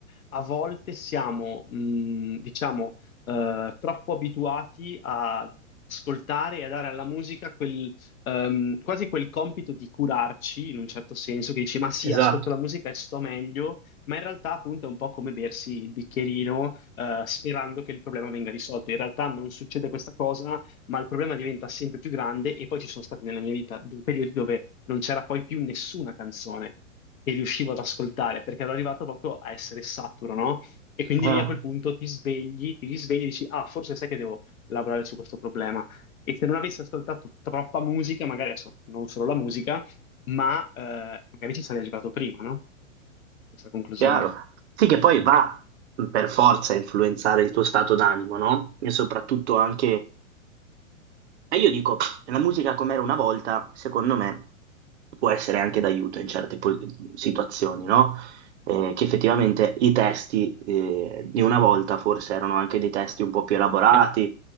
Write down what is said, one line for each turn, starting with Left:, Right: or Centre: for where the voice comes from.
Left: a volte siamo, mh, diciamo, eh, troppo abituati a ascoltare e a dare alla musica quel, ehm, quasi quel compito di curarci in un certo senso, che dici, ma sì,
Right: esatto,
Left: ascolto la musica e sto meglio, ma in realtà appunto è un po' come bersi il bicchierino, eh, sperando che il problema venga risolto. In realtà non succede questa cosa, ma il problema diventa sempre più grande e poi ci sono stati nella mia vita dei periodi dove non c'era poi più nessuna canzone che riuscivo ad ascoltare, perché ero arrivato proprio a essere saturo, no? E quindi
Right: Ah,
Left: lì a quel punto ti svegli, ti risvegli e dici, ah, forse sai che devo lavorare su questo problema. E se non avessi ascoltato troppa musica, magari adesso non solo la musica, ma eh, magari ci sarei arrivato prima, no? Questa conclusione.
Right: chiaro. Sì, che poi va per forza a influenzare il tuo stato d'animo, no? E soprattutto anche... E io dico, la musica com'era una volta, secondo me, può essere anche d'aiuto in certe po- situazioni, no? Eh, che effettivamente i testi eh, di una volta forse erano anche dei testi un po' più elaborati,